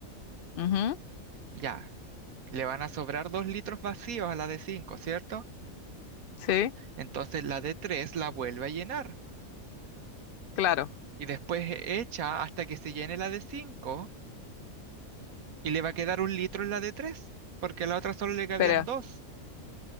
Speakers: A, on the left; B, on the right.
A: ujú,
B: Ya. Le van a sobrar dos litros vacíos a la de cinco, ¿cierto?
A: Sí.
B: Entonces la de 3 la vuelve a llenar
A: Claro.
B: y después echa hasta que se llene la de 5 y le va a quedar un litro en la de tres porque a la otra solo le cabían
A: Pero,
B: dos.